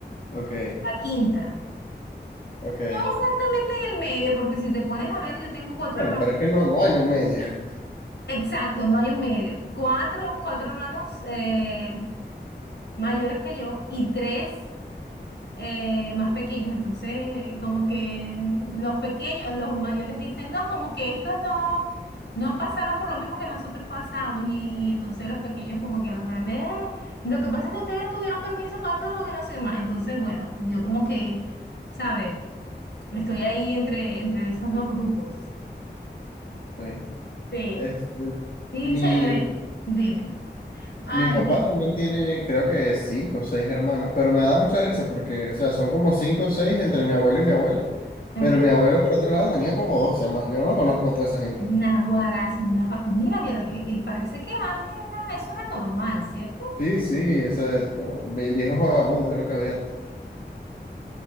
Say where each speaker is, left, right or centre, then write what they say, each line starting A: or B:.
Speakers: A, on the left; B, on the left.
A: Ok,
B: la quinta.
A: ok.
B: No exactamente en el medio, porque si te pones a ver, yo tengo cuatro
A: Bueno,
B: hermanos.
A: pero es que no, no hay un medio. <laughs>
B: Exacto, no hay un medio. Cuatro, cuatro hermanos eh, mayores que yo y tres. eh, más pequeños. Entonces, como que los pequeños, los mayores dicen, no, como que estos no, no pasaron por lo mismo que nosotros pasamos. Y, y entonces los pequeños como que a los grandes, "Eh, lo que pasa es que ustedes tuvieron permiso para todo, que no sé qué más. Entonces, bueno, yo como que, ¿sabes? Estoy ahí entre, entre esos dos grupos.
A: Sí.
B: Sí.
A: Este,
B: Y
A: mi,
B: chévere, dime. Ay,
A: Mi papá
B: te-
A: también tiene, creo que cinco o seis hermanos, pero me da mucha risa porque, o sea, son como cinco o seis entre mi abuelo y mi abuela,
B: ok.
A: pero mi abuelo por otro lado tenía como doce más, yo no conozco a toda esa gente.
B: Naguará, eso es una fa- Mira, vieron, que- eh, parece que antes era, eso era normal, ¿cierto?
A: Sí, sí, eso es, no, vie- viejos vagabundos es lo que había antes.